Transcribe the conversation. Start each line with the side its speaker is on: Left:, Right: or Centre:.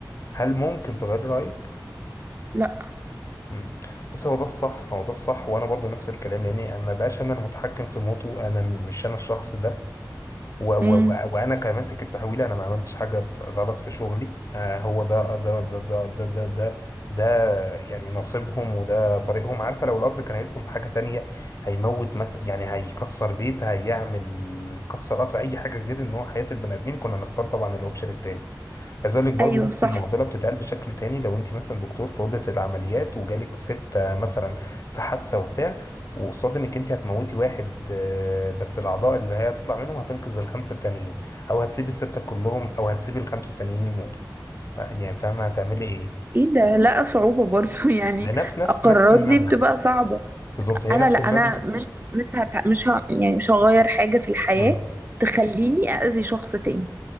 Left: هل ممكن تغير رأيك؟
Right: لا
Left: مم. بص هو ده الصح هو ده الصح وانا برضو نفس الكلام لاني ما بقاش انا المتحكم في موته انا مش انا الشخص ده و و
Right: امم
Left: و وانا كماسك التحويل انا ما عملتش حاجه ف- غلط في شغلي آه هو ده ده ده ده ده ده ده, ده يعني نصيبهم وده طريقهم عارفه لو القطر كان هيدخل في حاجه تانية هيموت مثلا يعني هيكسر بيت هيعمل كسر قطر اي حاجه غير ان هو حياه البني ادمين كنا نختار طبعا الاوبشن التاني عايز اقول لك برضه
Right: ايوه
Left: نفس
Right: صح
Left: المعضله بتتقال بشكل تاني لو انت مثلا دكتور في اوضه العمليات وجالك ست مثلا في حادثه وبتاع وقصاد انك انت هتموتي واحد آه، بس الاعضاء اللي هي هتطلع منهم هتنقذ الخمسه التانيين او هتسيبي السته كلهم او هتسيبي الخمسه التانيين يموتوا آه، يعني فاهمه هتعملي ايه
Right: ايه ده لا صعوبه برضو <laughs> يعني
Left: ما هي نفس نفس
Right: القرارات
Left: نفس المبدا
Right: دي بتبقى صعبه
Left: بالظبط هي
Right: انا
Left: نفس
Right: لا انا
Left: المبدا
Right: مش مش هت- مش ه... يعني مش هغير حاجه في الحياه
Left: امم
Right: تخليني اذي شخص تاني